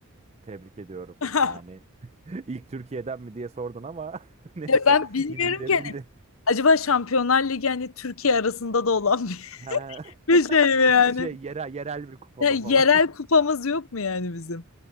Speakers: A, on the right (about 30°); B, on the left (about 65°).
A: Tebrik ediyorum.
B: <laughs>
A: Yani <laughs> ilk Türkiye'den mi diye sordun ama <laughs> neyse
B: Ya Ben bilmiyorum
A: yine girebildin.
B: ki. hani. Acaba Şampiyonlar Ligi hani Türkiye arasında da olan bir,
A: Ha.
B: <laughs> bir
A: <laughs>
B: şey mi yani?
A: Şey yerel yerel bir kupa
B: Ya,
A: mı
B: yerel
A: falan.
B: kupamız yok mu yani bizim?